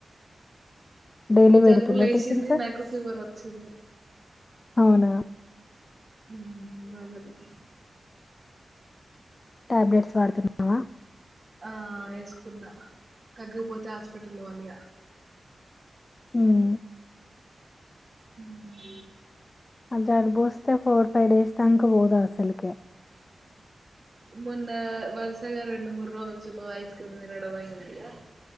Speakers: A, on the left; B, on the right.
A: డైలీ
B: జలుబు
A: పెడుతుండ్రా
B: లేసింది,
A: టిఫిన్స్
B: నాకు ఫీవర్ వచ్చింది.
A: అవునా?
B: ఉమ్ ఇగ అల్లనే
A: టాబ్లెట్స్ వాడుతున్నావ?
B: ఆ వేసుకున్నా, తగ్గకపోతే హాస్పిటల్ పోవాలిగ.
A: ఉమ్
B: ఉమ్
A: అ జలుబోస్తే ఫోర్ ఫైవ్ డేస్ దాంక పోదు అసల్కె.
B: మొన్న వరుసగా రెండు, మూడు రోజులు ఐస్ క్రీమ్ తినడం అయిందిగ